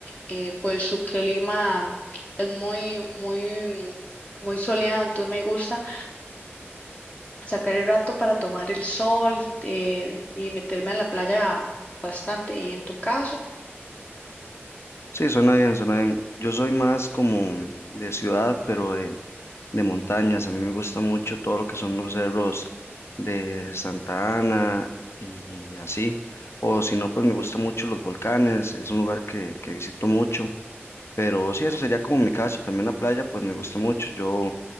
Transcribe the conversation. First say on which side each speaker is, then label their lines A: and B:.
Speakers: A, on the left (about 30°); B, on the left (about 70°).
A: eh, pues su clima es muy, muy, muy soleado, entonces me gusta sacar el rato para tomar el sol eh, y meterme a la playa bastante. ¿Y en tu caso?
B: Sí, suena bien, suena bien. Yo soy más como de ciudad, pero de, de montañas. A mí me gusta mucho todo lo que son los cerros de Santa Ana y, y así. O si no, pues me gusta mucho los volcanes. Es un lugar que, que visito mucho. Pero sí, eso sería como mi caso. También la playa, pues me gusta mucho. Yo